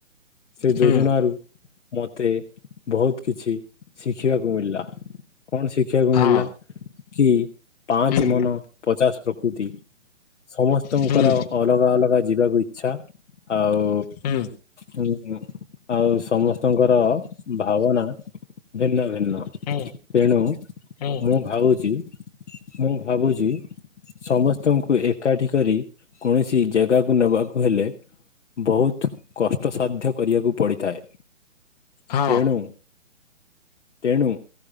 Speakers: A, on the left (about 65°); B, on the left (about 30°).
A: ସେ
B: ହୁଁ
A: ଯୋଜନାରୁ ମୋତେ ବହୁତ କିଛି ଶିଖିବାକୁ ମିଳିଲା। କଣ ଶିଖିବାକୁ
B: ହଁ
A: ମିଳିଲା କି ପାଞ୍ଚ
B: ହୁଁ
A: ମନ ପଚାଶ ପ୍ରକୃତି। ସମସ୍ତଙ୍କର
B: ହୁଁ
A: ଅଲଗା ଅଲଗା ଯିବାକୁ ଇଚ୍ଛା ଆଉ
B: ହୁଁ।
A: ହୁଁ ଆଉ ସମସ୍ତଙ୍କର ଭାବନା ଭିନ୍ନ ଭି ନ
B: ହୁଁ
A: ତେଣୁ
B: ହୁଁ ହୁଁ
A: ମୁଁ ଭାବୁଛି ମୁଁ ଭାବୁଛି ସମସ୍ତଙ୍କୁ ଏକାଠି କରି କୌଣସି ଜାଗାକୁ ନେବାକୁ ହେଲେ ବହୁତ କଷ୍ଟସାଧ୍ୟ କରିବାକୁ ପଡ଼ିଥାଏ।
B: ହଁ
A: ତେଣୁ ତେଣୁ